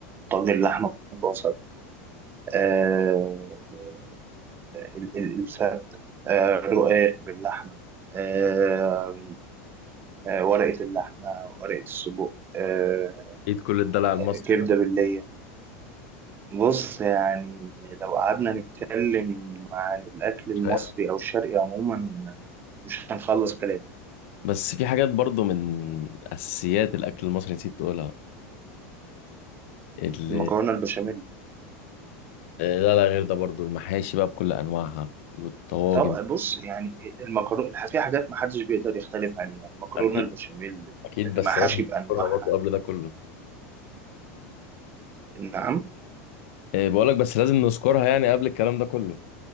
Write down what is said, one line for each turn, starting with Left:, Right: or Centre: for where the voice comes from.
Right: طاجن اللحمة بالبصل آه ال- ال- الفتة آه رقاق باللحمة آه آه ورقة اللحمة ورقة السجق آه
Left: اكيد كل الدلع المصري
Right: كبدة
Left: ده
Right: باللية بص يعني لو قعدنا نتكلم عن الأكل المصري
Left: مش هيخلص.
Right: أو الشرقي عموما مش هنخلص كلام
Left: بس في حاجات برضو من اساسيات الاكل المصري نسيت تقولها اللي
Right: المكرونة البشاميل
Left: آه، لا لا غير ده برضو المحاشي بقى بكل انواعها والطواجن
Right: طب بص يعني المكرونة في حاجات محدش بيقدر يختلف عليها المكرونة
Left: اكيد
Right: البشاميل
Left: اكيد
Right: المحاشي
Left: بس لازم نذكرها
Right: بأنواعها
Left: برضو قبل ده كله
Right: نعم
Left: آه، بقولك بس لازم نذكرها يعني قبل الكلام ده كله